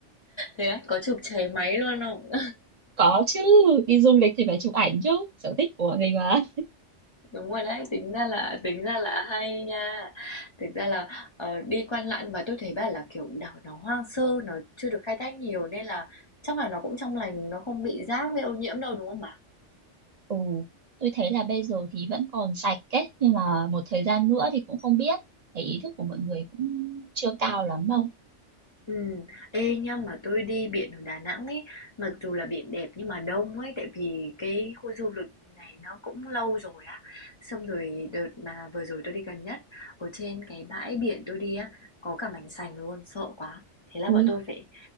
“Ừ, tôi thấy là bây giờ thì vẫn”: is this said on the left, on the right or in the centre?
Right